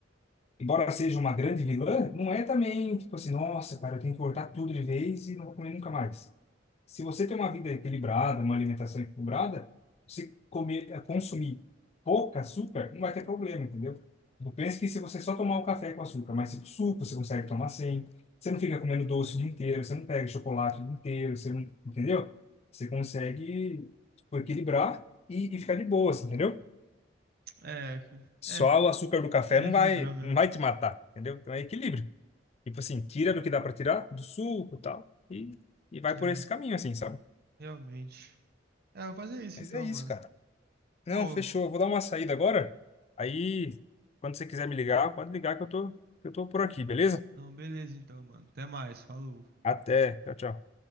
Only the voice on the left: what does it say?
embora seja uma grande vilã, não é também, tipo assim, nossa, cara, eu tenho que cortar tudo de vez e não vou comer nunca mais. Se você tem uma vida equilibrada, uma alimentação equilibrada, você comer, eh, consumir pouco açúcar, não vai ter problema, entendeu? Eu penso que se você só tomar o café com açúcar, mas tipo, suco você consegue tomar sem, você não fica comendo doce o dia inteiro, você não pega chocolate o dia inteiro, você não, entendeu? Você consegue, tipo, equilibrar e, e ficar de boa, assim, entendeu?
Só
o açúcar
do
café
não
vai,
não vai te matar, entendeu? Então é equilíbrio. Tipo assim, tira do que dá pra tirar, do suco e tal, e, e vai
por esse caminho, assim, sabe?
Mas
é isso,
cara. Não,
fechou. Eu Vou dar uma saída agora. Aí, quando você quiser me ligar, pode ligar que eu tô, que eu tô por aqui, beleza?
Até. Tchau, tchau.